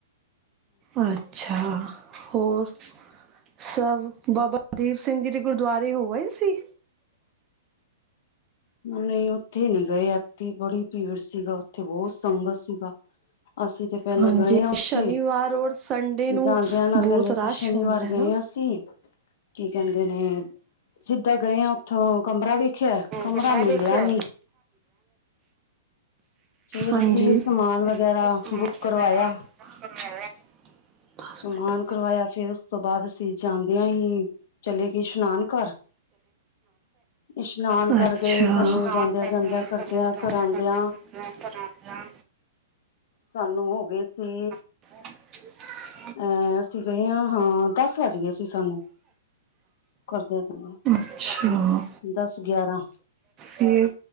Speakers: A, on the right; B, on the left.
A: ਅੱਛਾ--ਹੋਰ। ਸਭ ਬਾਬਾ ਦੀਪ ਸਿੰਘ ਜੀ ਦੇ ਗੁਰਦੁਆਰੇ ਹੋ ਆਏ ਸੀ।
B: ਨ‌ਈ, ਉੱਥੇ ਨ‌ਈ ਗਏ। ਐਥੇ ਬੜੀ ਭੀੜ ਸੀਗਾ, ਉੱਥੇ ਬਹੁਤ ਸੰਗਤ ਸੀਗਾ। ਅਸੀ ਤੇ ਪਹਿਲੇ
A: ਹਾਂਜੀ
B: ਗਏ ਆ। ਉਥੇ
A: ਸ਼ਨੀਵਾਰ ਔਰ ਸੰਡੇ ਨੂੰ
B: ਜਾਂਦਿਆਂ ਨਾਲ
A: ਬਹੁਤ
B: ਪਹਿਲੇ ਅਸੀ
A: ਰਸ਼
B: ਸ਼ਨੀਵਾਰ
A: ਹੁੰਦਾ ਹੈ
B: ਗਏ
A: ਨਾ
B: ਆ ਸੀ ਕੀ ਕਹਿੰਦੇ ਨੇ ਸੀਦਾ ਗਏ ਆ, ਉਥੋਂ ਕਮਰਾ ਵੇਖਿਆ। ਕਮਰਾ
A: ਏਸ ਤਰਾ
B: ਮਿਲਿਆ
A: ਦੇਖਿਆ
B: ਨੀ। ਫੇਰ
A: ਹਾਂਜੀ।
B: ਅਸੀਂ
A: <unintelligible>
B: ਸਮਾਨ ਵਗੈਰਾ ਬੁੱਕ ਕਰਵਾਇਆ। ਸਮਾਨ
A: ਮਿੰਟ ਹੋ
B: ਕਰਵਾਇਆ ਫੇਰ ਉਸ ਤੋਂ ਬਾਦ ਅਸੀਂ ਜਾਂਦੇਆਂ ਈ ਚਲੇ ਗਏ ਇਸ਼ਨਾਨ ਘਰ। ਇਸ਼ਨਾਨ
A: ਅੱਛਾ
B: ਕਰ ਗਏ ਸਾਨੂੰ
A: <unintelligible>
B: ਜਾਂਦਿਆਂ ਜਾਂਦਿਆਂ ਕਰਦਿਆਂ ਕਰਾਉਂਦਿਆਂ ਸਾਨੂੰ ਹੋ ਗੇ ਸੀ
A: <inaudible>
B: ਅ ਅਸੀ ਗਏ ਆ। ਹਾਂ, ਦਸ ਵੱਜ ਗੇ ਸੀ ਸਾਨੂੰ। ਕਰਦੇ <unintelligible>
A: ਅੱਛਾ
B: ਦਸ-ਗਯਾਰਾਂ,
A: ਫਿਰ